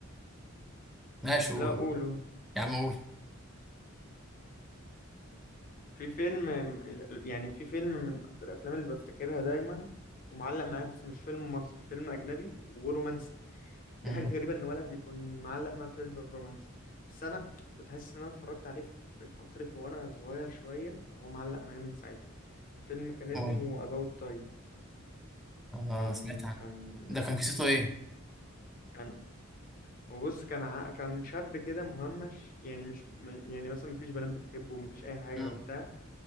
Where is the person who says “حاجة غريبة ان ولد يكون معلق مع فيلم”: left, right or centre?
Left